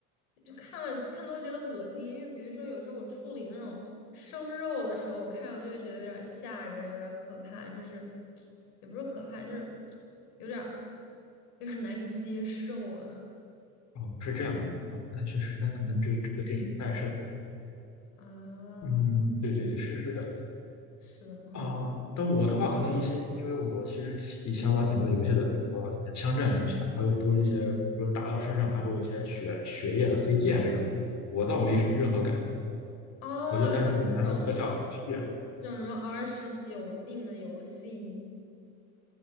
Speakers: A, on the left; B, on the left.
A: 就看了看多觉得恶心，因为比如说有时候我处理那种生肉的时候，我看着我就会觉得有点儿吓人，有点儿可怕，就是也不是可怕，就是有点儿有点儿难以接受啊
B: 哦，是这样的。哦，那确实，那可能这这个电影不太适合。
A: 啊，
B: 嗯，对对对，是是的。
A: 是的，嗯
B: 啊，但我的话可能一些，因为我其实以前玩挺多游戏的，比如说你的枪战游戏啊，还有都一些，比如打到身上它会有一些血血液的飞溅这种，我倒没任何感觉，
A: 哦，
B: 我就单纯感觉它的特效很炫，
A: 这种这种什么二十九禁的游戏